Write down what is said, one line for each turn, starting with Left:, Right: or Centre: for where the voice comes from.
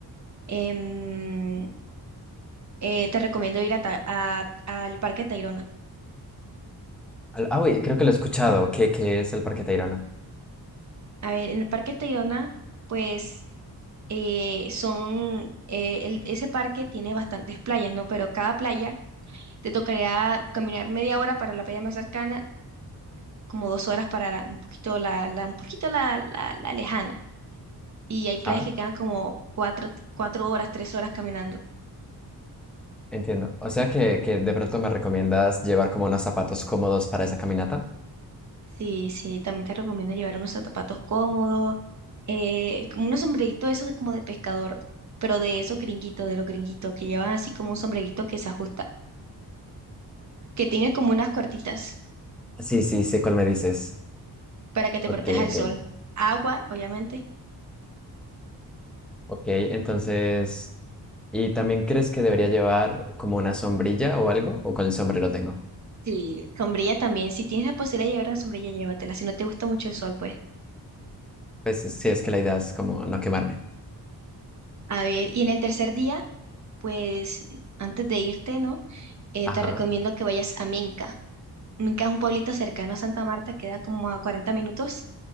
Right: em, eh, te recomiendo ir a Ta- a- al Parque Tayrona.
Centre: Al- Ah, uy, creo que lo he escuchado, que, que es el Parque Tayrona.
Right: A ver, en el Parque Tayrona, pues eh, son, eh, el- ese parque tiene bastantes playas, ¿no? Pero cada playa te tocaría caminar media hora para la playa más cercana, como dos horas para la- un poquito la, la- un poquito la, la, la lejana. Y hay
Centre: Ajá.
Right: playas que quedan como cuatro, cuatro horas, tres horas caminando.
Centre: Entiendo. O sea que, que de pronto me recomiendas llevar como unos zapatos cómodos para esa caminata.
Right: Sí, sí, también te recomiendo llevar unos zapatos cómodos, eh, como unos sombreritos de esos de- como de pescador, pero de esos gringuitos, de los gringuitos, que llevan así como un sombrerito que se ajusta, que tiene como unas cuartitas.
Centre: Ah, Sí, sí, sé cuál me dices.
Right: para que te proteja
Centre: Ok, ok.
Right: el sol. Agua, obviamente.
Centre: Ok, entonces, ¿y también crees que debería llevar como una sombrilla o algo? ¿O con el sombrero tengo?
Right: Sí, sombrilla también. Si tienes la posibilidad de llevar una sombrilla, llévatela. Si no te gusta mucho el sol, pues.
Centre: Pues sí, es que la idea es como no quemarme.
Right: A ver, y en el tercer día, pues antes de irte, ¿no? Eh,
Centre: Ajá.
Right: te recomiendo que vayas a Minca. Minca es un pueblito cercano a Santa Marta, queda como a cuarenta minutos